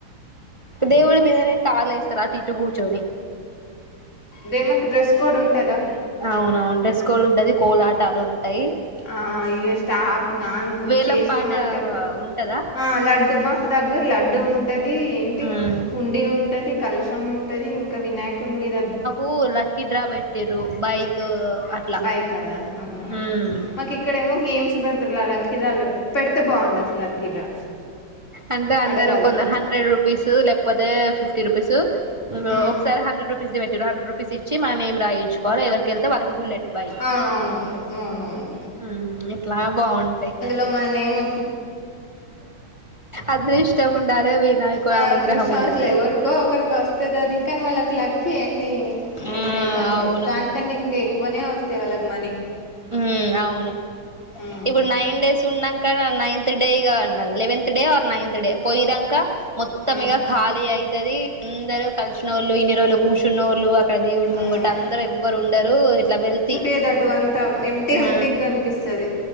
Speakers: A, on the right; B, on the left.
A: దేవుడి మీదనే కాలు వేస్తారు ఆటు ఇట్టు కూర్చొని
B: దే మాకు డ్రెస్ కోడ్ ఉంటుందా
A: అవునవును డ్రెస్ కోడ్ ఉంటది కోలాటాలు ఉంటాయి
B: ఆ ఇయ్యో స్టాప్ నాన్
A: వేలం
B: చేసినా
A: పాట
B: అంటే
A: ఉంటదా
B: ఆ లడ్డుమా దగ్గర లడ్డూ ఉన్ ఉంటది ఏంటి
A: ఉమ్
B: హుండి ఉంటది కలశం ఉంటది ఇంకా వినాయకుడి మీద
A: ఊ లక్కకి డ్రా పెటిరు బైక్ అట్లా
B: బైక్ కదా అవునవును
A: ఉమ్
B: మాకు ఇక్కడేమో గేమ్స్ పెడతుారులాలా కిరాలు పెడితే బాగుం అసలు లక్కీ డ్రా
A: అంటే అందరు
B: అడగాలి
A: కొంద హండ్రెడ్ రూపీస్ లేకపోతే ఫిఫ్టీ రుపీసు
B: ఉమ్
A: ఒకసారి హండ్రెడ్ రూపీస్ ది పెట్టిర్రు హండ్రెడ్ రూపీసి చ్చి మన నేమ్ రాయిచ్చు కోవాలి ఎవరికి ఎళ్తే వాళ్ళ బుల్లె బైక్
B: అవును అవునవును అవునవును
A: ఉమ్ ఇట్లా బావుంటాయి
B: ఔనా నేను
A: అంతే ఇష్టం ఉండాలె వినాయకు
B: అది
A: అనుగ్రహం
B: అదృష్టం
A: ఉండా
B: అసలు ఎవరికో ఒకరికి వస్తది అది కాని వాళ్ళకి లక్కి ఎన్ని
A: ఆ
B: ఎంతయితే అంతే
A: అవును
B: దా కన్నా ఇంకా ఎక్కువనే వస్తే వాళ్ళకి మనీ
A: ఉమ్ అవును
B: ఉమ్
A: ఇప్పుడు నైన్ డేస్ తిన్నాంక నైన్త్ డేగా ఉండాలి eleventh day or ninth day పొయిదంక మొత్తం
B: ఉమ్
A: ఇగా ఖాళీ అయితది అందరూ కలిసినోళ్ళు ఇన్ని రోజులు కూర్చున్నోళ్ళు అక్కడ దేవుడి ముంగట
B: అవును
A: అందరూ ఎవ్వరు ఉండరు ఇట్లా వెళ్తి
B: టు గటూ అంతా ఎంటీ
A: ఆ
B: ఎంటీగ కనిపిస్తది